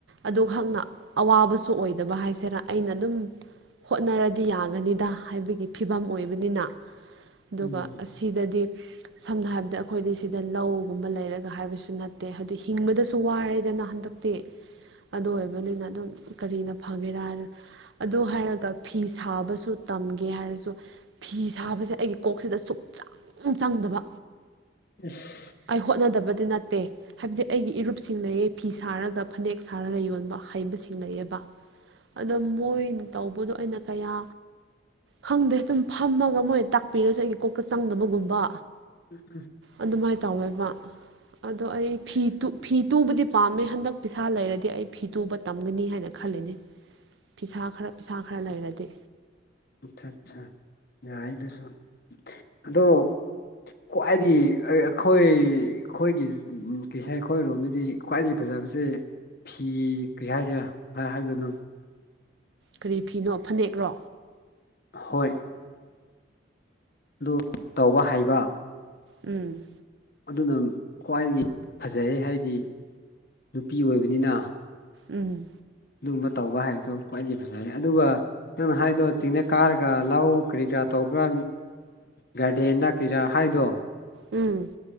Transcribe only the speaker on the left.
ꯎꯝ
ꯏꯁ
ꯎꯝ ꯎꯝ
ꯑꯆꯥ ꯑꯆꯥ ꯌꯥꯏ ꯗꯨꯁꯨ ꯑꯗꯣ ꯈ꯭ꯋꯥꯏꯗꯤ ꯑꯩꯈꯣꯏ ꯑꯩꯈꯣꯏꯒꯤ ꯎꯝ ꯀꯤꯁꯥꯏ ꯈꯣꯏꯔꯣꯝꯗꯗꯤ ꯈ꯭ꯋꯥꯏꯗꯥꯒꯤ ꯐꯖꯕꯁꯦ ꯐꯤ ꯀ꯭ꯔꯤ ꯍꯥꯏꯁꯤꯔꯥ <unintelligible> ꯍꯥꯏꯕꯗꯣ ꯅꯪ
ꯍꯣꯏ ꯑꯗꯨ ꯇꯧꯕ ꯍꯩꯕ
ꯑꯗꯨꯅ ꯈ꯭ꯋꯥꯏꯗꯒꯤ ꯐꯖꯩ ꯍꯥꯏꯗꯤ ꯅꯨꯄꯤ ꯑꯣꯏꯕꯅꯤꯅ
ꯑꯗꯨꯒꯨꯝꯕ ꯇꯧꯕ ꯍꯥꯏꯕꯗꯣ ꯈ꯭ꯋꯥꯏꯗꯒꯤ ꯐꯖꯔꯦ ꯑꯗꯨꯒ ꯅꯪꯅ ꯍꯥꯏꯗꯣ ꯆꯤꯡꯅ ꯀꯥꯔꯒ ꯂꯧ ꯀꯔꯤ ꯀꯔꯥ ꯇꯧꯕ꯭ꯔꯥ ꯒꯥꯔꯗꯦꯟꯅ ꯀꯔꯤꯔꯥ ꯍꯥꯏꯗꯣ